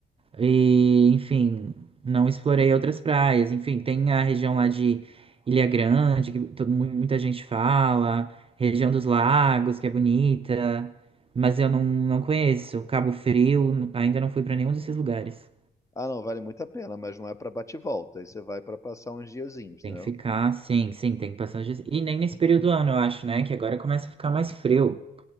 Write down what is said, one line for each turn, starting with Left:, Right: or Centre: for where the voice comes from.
Right: E, enfim, não explorei outras praias. Enfim, tem a região lá de Ilha Grande, que todo, mu- muita gente fala, região dos lagos, que é bonita, mas eu não, não conheço. Cabo Frio, n- ainda não fui para nenhum desses lugares.
Left: Ah, não, vale muito a pena, mas não é para bate e volta. Aí você vai para passar uns diazinhos,
Right: Tem
Left: entendeu?
Right: que ficar, sim, sim, tem que passar os dias. E nem nesse período do ano, eu acho, né? Que agora começa a ficar mais frio.